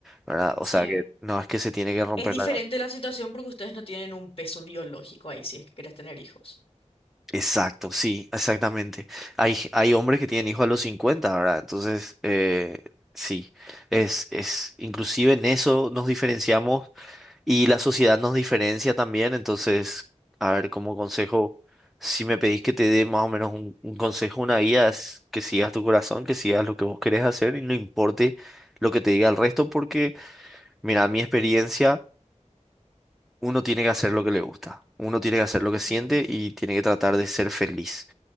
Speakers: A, in the centre; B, on the left.
A: ¿Verdad? O
B: sí.
A: sea que no es que se tiene que romper
B: Es diferente
A: la...
B: la situación porque ustedes no tienen un peso biológico ahí si es que querés tener hijos.
A: Exacto, sí, exactamente. Hay, hay hombres que tienen hijos a los cincuenta ¿verdad? Entonces, eh, sí, es, es, inclusive en eso nos diferenciamos Y la sociedad nos diferencia también, entonces, a ver, como consejo, si me pedís que te dé más o menos un, un consejo, una guía, es que sigas tu corazón, que sigas lo que vos querés hacer y no importe lo que te diga el resto, porque, mira, a mi experiencia, uno tiene que hacer lo que le gusta, uno tiene que hacer lo que siente
B: Ujú,
A: y tiene que tratar de ser feliz